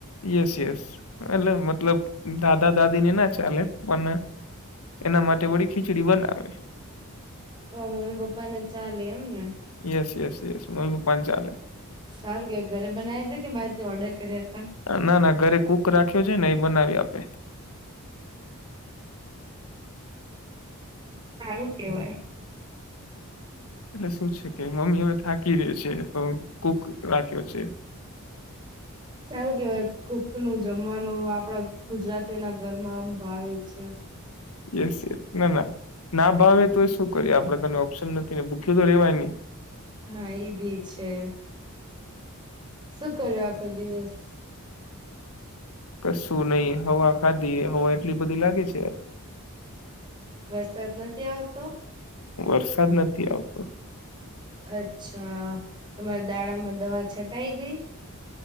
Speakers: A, on the left; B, on the right.
A: યસ યસ એટલે મતલબ દાદા દાદી ને ના ચાલે પણ એના માટે બડીી ખીચડી બનાવે
B: મમ્મી પપ્પા ને ચાલે એમ ને
A: ેસ ઍસ ઍ મું ગ પંચ ચાલય
B: સારું કે ઘરે બનાવ હતા કે બારથી ઓર્ડર કર્યા હતા
A: ના ના ઘરે કૂક રાખ્યો છે ને એ બનાવી આપે
B: સારું કેવાય
A: એટલે શું છે કે મમ્મી હવે થાકી દે છે તો કુક રાખ્યો છે
B: <inaudible> સારું કેવાય કુક નું જમવાનું આપડા ગુજરાતીઓ ના ઘરમાં આમ ભાવે છે
A: યસ યસ ના ના ના ભાવે તો શું કરી આપણે તને ઓપ્શન નથી ને ભૂકી્યું તો રેવાય ન
B: હા એ ભી છે શું કર્યું આખો દિવસ
A: કશું નહીિ હવા ખાધી હવા એટલી બધી લાગે છે
B: વરસાદ નથી આવતો
A: વરસાદ નથી આવતો
B: અચ્છા તમારા દાડામાં દવા છટાઈ ગઈ